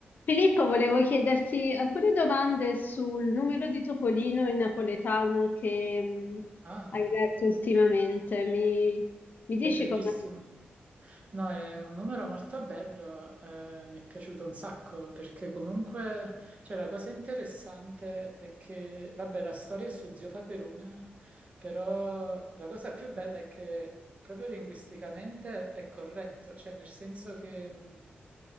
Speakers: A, on the left; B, on the right.
A: Filippo, volevo chiederti alcune domande sul numero di Topolino in napoletano che mh,
B: Ah,
A: hai letto ultimamente. Mi, mi dici
B: è bellissimo.
A: com'è?
B: No, è un numero molto bello, eh, mi è piaciuto un sacco perché comunque, cioè, la cosa interessante è che, vabbè, la storia è su Zio Paperone, però la cosa più bella è che proprio linguisticamente è corretto, cioè nel senso che... mh,